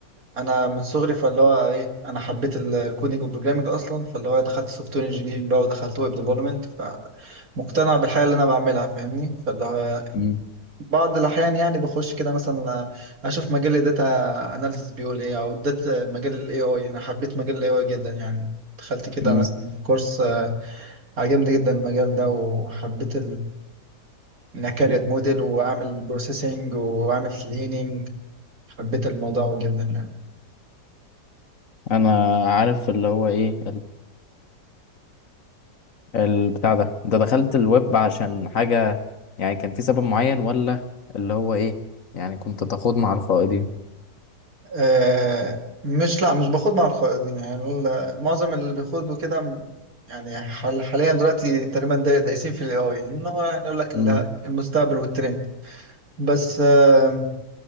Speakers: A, on the right; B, on the left.
A: انا من صغري فاللي هو ايه انا حبيت ال- الكودينج والبروجرامنج اصلا فاللي هو دخلت سوفت وير انجينيرنج بقى ودخلت ويب ديفلوبمنت فمقتنع بالحاجه اللي انا بعملها فاهمني فاللي هو
B: امم
A: بعض الاحيان يعني بخش كده مثلا اشوف مجال الداتا اناليسيس بيقول ايه او داتا مجال الاي اي انا حبيت مجال الاي اي جدا يعني دخلت كده
B: امم
A: مثلا كورس عجبني جدا المجال ده وحبيت انا كاريت موديل واعمل بروسيسنج واعمل كليننج حبيت الموضوع جدا يعني
B: انا عارف اللي هو ايه البتاع ده انت دخلت الويب عشان حاجة يعني كان في سبب معين ولا اللي هو ايه يعني كنت تخوض مع الخائضين
A: أه مش لا مش باخد مع الخوارزمي يعني ال- معظم اللي بيخوضوا كده م- يعني حال حاليا دلوقتي تقريبا دا- دايسين في الاي اي ان هو يعني يقول لك ال-
B: مم.
A: المستقبل والترند بس أه